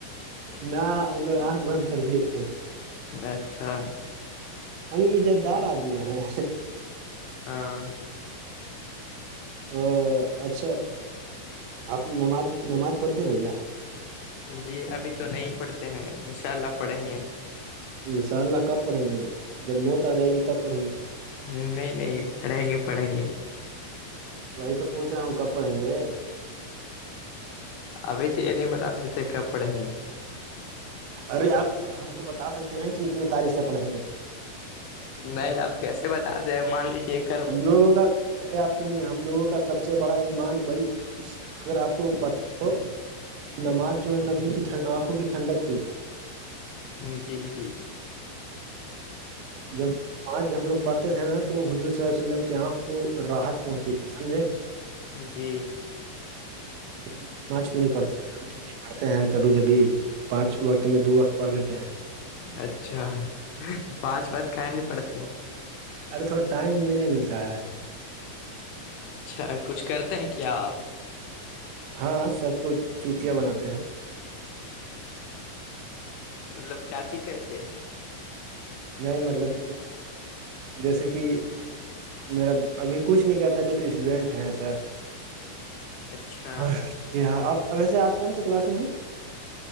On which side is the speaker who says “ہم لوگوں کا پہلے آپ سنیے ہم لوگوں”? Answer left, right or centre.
Right